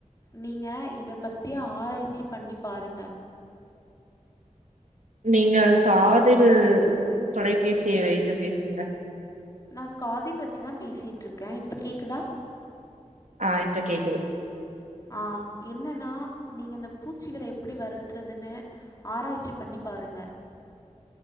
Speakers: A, on the left; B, on the right.
A: நீங்க இத பத்தி ஆராய்ச்சி பண்ணி பாருங்க
B: நீங்கள் காதில் தொலைபேசிய வைத்து பேசுங்க
A: நா காதில் வச்சிதா பேசிட்ருக்கே இப்ப கேக்குதா
B: ஆ இப்ப கேக்குது
A: ஆ என்னனா நீங்க இந்த பூச்சிகள எப்பிடி வெரட்றதுன்னு ஆராய்ச்சி பண்ணி பாருங்க